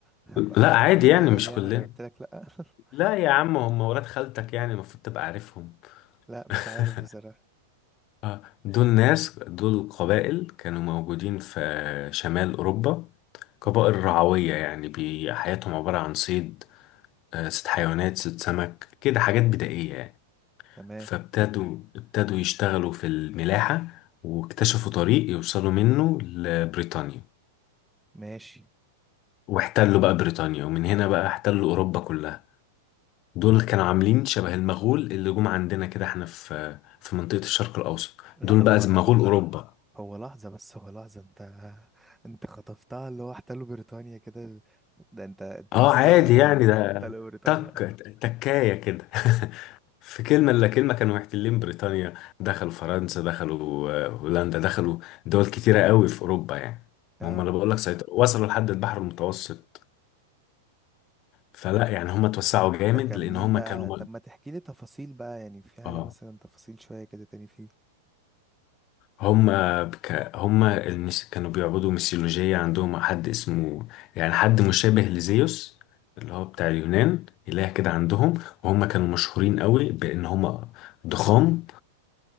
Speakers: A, in the centre; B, on the left.
A: هبقى
B: لا عادي
A: هبقى جاهل
B: يعني مش
A: يعني
B: كلنا
A: لو قلت لك لا <laughs>
B: لا يا عم هم ولاد خالتك يعني المفروض تبقى عارفهم
A: لا مش
B: <laughs>
A: عارف بصراحة
B: آه، دول ناس دول قبائل كانوا موجودين في شمال أوروبا
A: تمام
B: قبائل رعوية يعني بي- حياتهم عبارة عن صيد آه، ست حيوانات ست سمك كده حاجات بدائية يعني
A: تمام
B: فابتدوا ابتدوا يشتغلوا في الملاحة واكتشفوا طريق يوصلوا منه لبريطانيا
A: ماشي
B: واحتلوا بقى بريطانيا ومن هنا بقى احتلوا أوروبا كلها دول كانوا عاملين شبه المغول اللي جم عندنا كده احنا في في منطقة الشرق الأوسط
A: لا
B: دول بقى
A: هو
B: زي مغول
A: هو
B: أوروبا
A: هو لحظة بس هو لحظة انت انت خطفتها اللي هو احتلوا بريطانيا كده ده انت انت
B: اه
A: مستوعب
B: عادي
A: يعني
B: يعني
A: ايه
B: ده
A: احتلوا بريطانيا
B: تك تكاية كده <laughs> في كلمة إلا كلمة كانوا محتلين بريطانيا دخلوا فرنسا دخلوا آه، هولندا دخلوا دول كتيرة قوي في أوروبا يعني
A: اه
B: هم أنا بقول لك سيطروا وصلوا لحد البحر المتوسط فلا يعني هم اتوسعوا جامد
A: ده كان
B: لأن
A: مين
B: هم
A: بقى
B: كانوا
A: طب ما تحكي لي تفاصيل بقى يعني في حاجة
B: اه
A: مثلا تفاصيل شوية كده تاني فيه
B: هما بك... هما المس... كانوا بيعبدوا ميثولوجية عندهم حد اسمه يعني حد مشابه لزيوس اللي هو بتاع اليونان إله كده عندهم وهم كانوا مشهورين قوي بإن هما ضخام